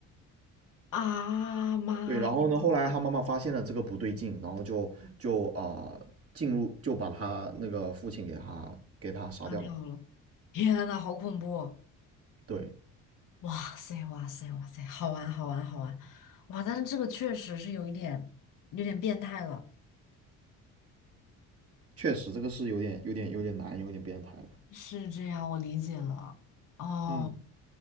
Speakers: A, on the left (about 60°); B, on the right (about 40°).
A: 啊妈，
B: 对，然后呢，后来他妈妈发现了这个不对劲，然后就就啊、呃进入就把他那个父亲给他给他杀掉了。
A: 擦掉了！天呐，好恐怖！
B: 对，
A: 哇塞，哇塞，哇塞，好玩，好玩，好玩，哇！但是这个确实是有一点，有点变态了。
B: 确实这个是有点有点有点难，有点变态的。
A: 是这样，我理解了。哦，
B: 嗯，